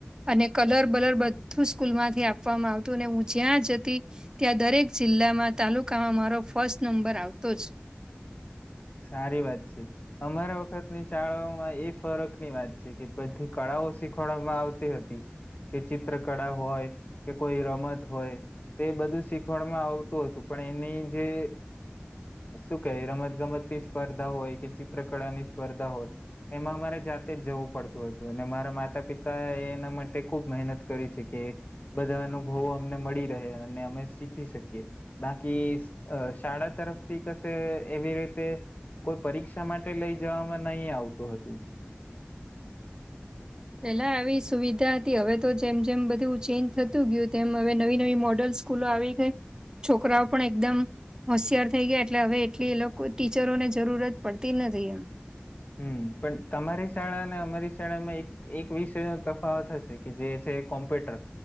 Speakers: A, on the right (about 20°); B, on the left (about 40°).
A: અને કલર બલર બધું સ્કૂલમાંથી આપવામાં આવતું અને હું જ્યાં જતી ત્યાં દરેક જિલ્લામાં તાલુકામાં મારો ફર્સ્ટ નંબર આવતો જ
B: <inaudible> સારી વાત છે અમારા વખતની શાળાઓમાં એ ફરક ની વાત છે કે બધી કળા શીખવાડવામાં આવતી હતી કે ચિત્ર કળા હોય કે કોઈ રમત હોય. તે બધું શીખવાણમાં આવતું હતું પણ એની જે શું ક રમત ગમતની સ્પર્ધા હોય કે ચિત્રકળાની સ્પર્ધા હોય. એમાં અમારે જાતે જ જવું પડતું હતું અને મારા માતા પિતા એના માટે ખુબ મહેનત કરી શકી. બધા અનુભવો અમને મળી રહે અને અમે શીખી શકીએ બાકી શાળા તરફથી કશે એવી રીતે. કોઈ પરીક્ષા માટે લઈ જવામાં નહી આવતું હતું.
A: પેલા આવી સુવિધા હતી હવે તો જેમ જેમ બધું ચેન્જ થતું ગયું તેમ હવે નવી નવી મોડલ્સ સ્કૂલો આવી ગઈ છોકરાઓ પણ એકદમ હોશિયાર થઈ ગયા એટલે હવે એટલી એ લોકો ટીચરોને જરૂરત પડતી જ નથી એમ.
B: હમ. પણ તમારી શાળા અને અમારી શાળામાં એક એક વિષય ન તફાવત થશે કે જે છે કોમ્પ્યુટર